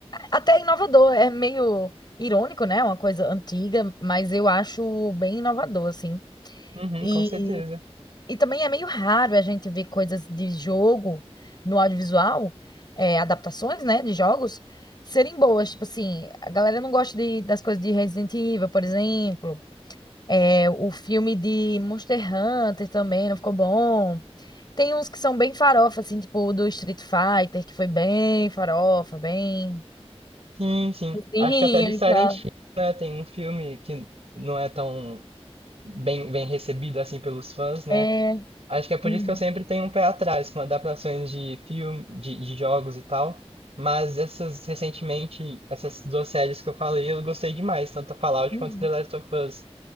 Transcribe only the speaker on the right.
Uhum,
com certeza.
Sim, sim.
Acho que até de
Silent
Hill, né? Tem um filme que não é tão bem, bem recebido assim pelos fãs, né?
Acho que é por
isso que eu sempre tenho um pé atrás com adaptações de filme, de, de jogos e tal. Mas essas recentemente, essas duas séries que eu falei, eu gostei demais, tanto a Fallout
quanto The Last of Us.